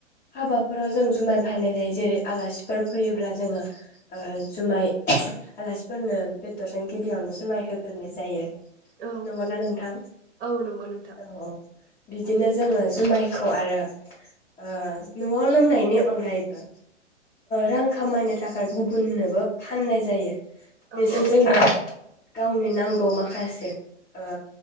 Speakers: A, on the left (about 20°); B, on the right (about 50°).
A: हाबाफोराव जों जुमाय बाहायनाय जायो जेरै आलासिफोर फैयोब्ला जोङो जुमाय आलासिफोरनो बेदर जों गिबियावनो जुमाय होग्रोनाय जायो।
B: औ
A: नंगौना नोंथां
B: औ नंगौ नोंथां
A: औ औ बिदिनो जोङो जुमायखौ आरो ओ न'आव लोंनायनि अनगायैबो रां खामायनो थाखाय गुबुननोबो फाननाय जायो।
B: औ
A: बेजों
B: औ
A: जोङो
B: औ नंगौ
A: गावनि नांगौ माखासे ओ